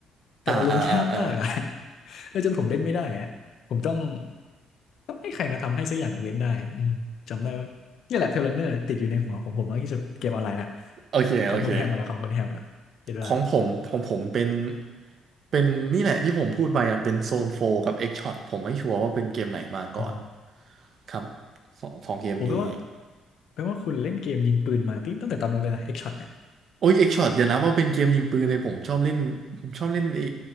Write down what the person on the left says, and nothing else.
แต่มันลงยากมากอ่ะ
<laughs> แล้วจนผมเล่นไม่ได้อ่ะ ผมต้องต้องให้ใครมาทำให้สักอย่างหนึ่งเว้นได้อืมจำได้ว่านี่แหละเทเลเนอร์ติดอยู่ในหัวของผมมากที่สุดเกมออนไลน์นะ
ของคุณแฮมมาแล้วของคุณแฮมล่ะคิดว่า
อ๋อ
ผมแปลว่าแปลว่าคุณเล่นเกมยิงปืนมาตั้งตั้งแต่ตอนนู้นเลยนะเอ็กช็อตเนี่ย